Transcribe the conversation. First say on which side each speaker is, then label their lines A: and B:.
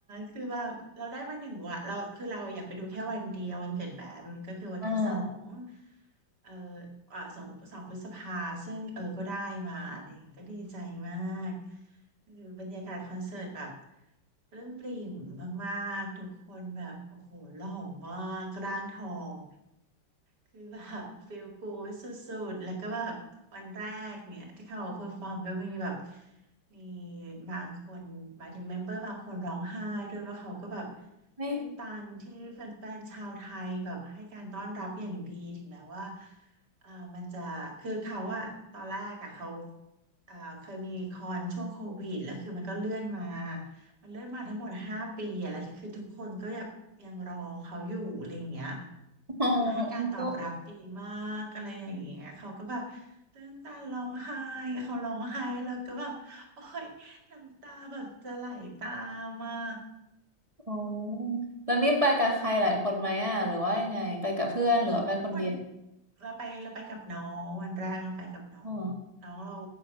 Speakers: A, on the right; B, on the right.
A: คือแบบเราได้มาหนึ่งวันเราคือเราอยากไปดูแค่วันเดียววันเกิดแบมก็คือวันที่สอง
B: อ่า
A: เอออ่าสองสองพฤษภาซึ่งเออก็ได้มาเนี่ยก็ดีใจมากคือบรรยากาศคอนเสิร์ตแบบปลื้มปริ่มมากๆทุกคนแบบโอ้โหหล่อมากร่างทอง คือแบบฟีลกูดสุดๆแล้วก็แบบวันแรกเนี่ยที่เขาเพอร์ฟอร์มก็มีแบบมีบางคนหมายถึงเมมเบอร์บางคนร้องไห้ด้วยว่าเขาก็แบบ
B: ไม่
A: ตื้นตันที่แฟนๆชาวไทยแบบให้การต้อนรับอย่างดีถึงแม้ว่าเอ่อมันจะคือเขาอะตอนแรกอะเขาเอ่อเคยมีคอนช่วงโควิดแล้วคือมันก็เลื่อนมามันเลื่อนมาทั้งหมดห้าปีอะแล้วคือทุกคนก็ยังยังรอเขาอยู่อะไรอย่างเงี้ย
B: อ๋อแองโก
A: ก็คือให้การตอบรับดีมากอะไรอย่างเงี้ยเขาก็แบบตื้นตันร้องไห้เขาร้องไห้แล้วก็แบบโอ้ยน้ำตาแบบจะไหลตามอ่ะ
B: อ๋อแล้วนี่ไปกับใครหลายคนไหมอ่ะหรือว่ายังไงไปกับเพื่อนหรือว่าไปคนเดียว
A: ถ้าคนเราไปเราไปกับน้องวันแรกเราไปกับน้องน้องเรา
B: อ๋อ